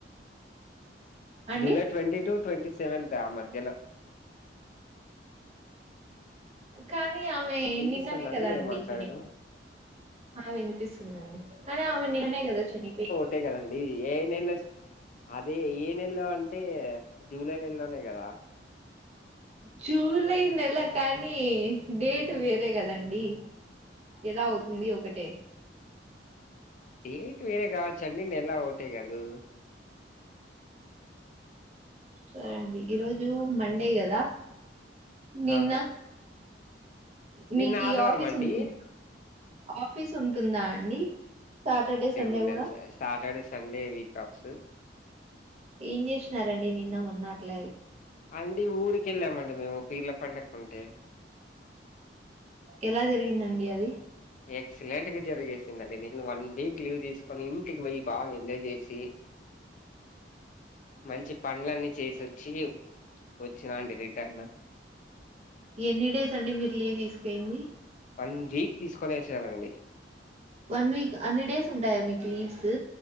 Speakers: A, on the right; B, on the left.
A: అండి
B: July twenty two twenty seventh ఆ మధ్యలో
A: కానీ ఆమె
B: వినిపిస్తుందండి
A: నిన్ననే కదా
B: నేను
A: అండి
B: మాట్లాడడం
A: చనిపో ఆ వినిపిస్తుందండి కానీ ఆమె నిన్ననే కదా చనిపోయి
B: అట్టే కదండీ ఏ నెల్లో వచ్చ్ అదే ఏ నెలలో అంటే జూలై నెలలోనే కదా
A: జూలై నెల కానీ డేట్ టు వేరే గదండి ఎలా అవుతుంది ఒకటే.
B: డేట్ వేరే కావచ్చండి నెల ఒకటే కదు
A: సరే అండి ఈరోజు మండే కద నిన్న
B: ఆ
A: మీకు
B: నిన్న ఆదివారం
A: ఆఫీస్
B: అండి
A: ఉంటుంద ఆఫీస్ ఉంటుందా అండి సాటర్డే సండే
B: ఉండదు
A: కూడ
B: సా సాటర్డే సండే వీక్ ఆఫ్స్
A: ఏం చేసినారండి నిన్న మొన్న అట్ల
B: అండి ఊరికెళ్ళామండి మేము పీర్ల <unintelligible>
A: ఎలా జరిగిందండి అది
B: ఎక్సలెంట్గా జరిగేసిందిండి నేను వన్ వీక్ లీవ్ తీసుకొని ఇంటికి పోయి బాగా ఎంజాయ్ చేసి మంచి పనుడ్లన్నీ చేసి వొచ్చి వచ్చినా అండి రిటర్న్
A: ఎన్ని డేస్ అండి మీరు లీవ్ తీసుకోయింది
B: వన్ వీక్ తీసుకొనెస ఆండీ
A: వన్ వీక్ హండ్రెడ్ డేస్ ఉంటాయ మీకు లీవ్స్